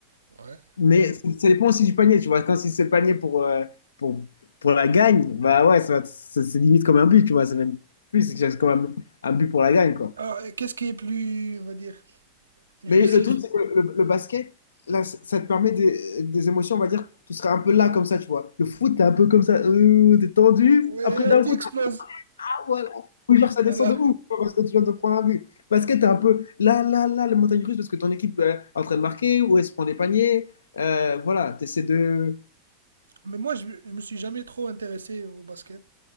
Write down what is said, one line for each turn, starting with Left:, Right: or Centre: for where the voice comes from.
Right: Ouais.
Left: Mais ça ça dépend aussi du panier, tu vois. Quand si c'est le panier pour, euh, pour, pour la gagne, bah ouais, ça va- ça- c'est limite comme un but, tu vois. C'est même plus, c'est que c'est comme un, un but pour la gagne, quoi.
Right: Alors, et qu'est-ce qui est plus, on va dire, jouissif
Left: Mais le truc, c'est que le, le basket, là, ça ça te permet des, des émotions, on va dire, tu seras un peu là comme ça, tu vois. Le foot, t'es un peu comme ça, euh, t'es tendu,
Right: Ouais,
Left: après
Right: là,
Left: d'un
Right: tu
Left: coup,
Right: exploses.
Left: t'as- ah voilà, ou genre ça
Right: Voilà.
Left: descend de ouf, tu vois, parce que tu viens de prendre un but. Basket, t'es un peu là, là, là, la montagne russe, parce que ton équipe euh, est en train de marquer, ou elle se prend des paniers, euh, voilà, t'essaies de.
Right: Mais moi, je, je me suis jamais trop intéressé au basket.